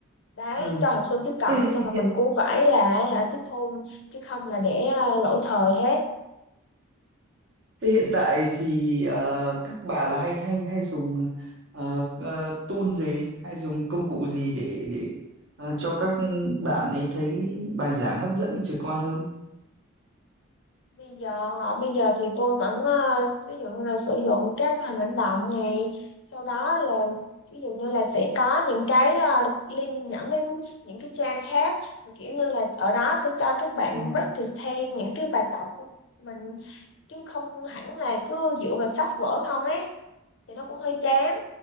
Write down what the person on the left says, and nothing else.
đấy
cho học sinh tiếp cận
xong rồi mình cũng phải là à, tiếp thu chứ không là để ờ, lỗi thời hết
bây giờ hả? bây giờ thì tôi vẫn ờ, ví dụ như là sử dụng các hình ảnh động này sau đó là ví dụ như là sẽ có những cái ờ, link dẫn đến những cái trang khác mà kiểu như là ở đó sẽ cho các bạn
practice thêm những cái bài tập của mình chứ không hẳn là cứ dựa vào sách vở không ấy thì nó cũng hơi chán